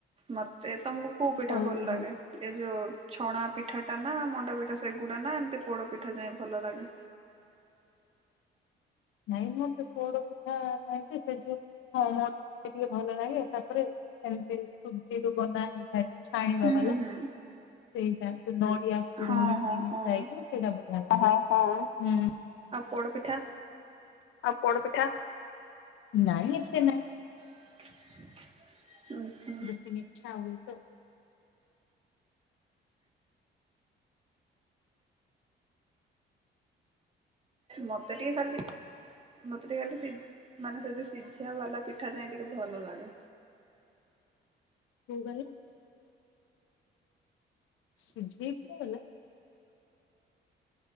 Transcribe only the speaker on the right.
ମତେ ତମକୁ କୋଉ ପିଠା
ଭଲ ଲାଗେ
ଏ ଯୋଉ ଛଣା ପିଠା ଟା ନା ମଣ୍ଡା ପିଠା ସେଗୁଡା ନା ଏମିତି ପୋଡ ପିଠା ଯାଇ ଭଲ ଲାଗେ।
ହୁଁ
ହୁଁ ହୁଁ
ହଁ
ହଁ
ହଁ
ପୋଡ଼ପିଠା
<unintelligible> ହୁଁ
ମତେ ଟିକେ ଖାଲି ମତେ ଟିକେ ଖାଲି ସେ ମାନେ ସେ ଯୋଉ ସିଝା ବାଲା ପିଠା ଯିଏ ଟିକେ ଭଲ ଲାଗେ।